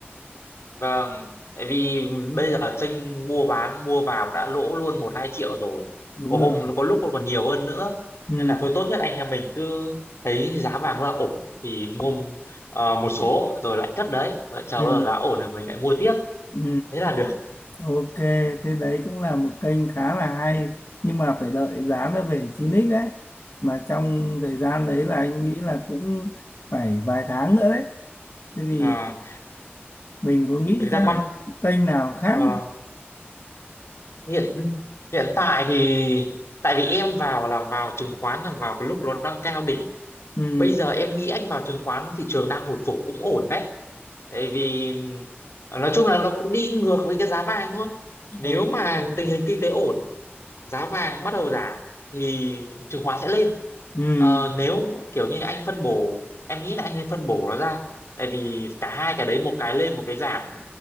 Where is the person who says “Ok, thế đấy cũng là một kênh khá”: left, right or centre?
Left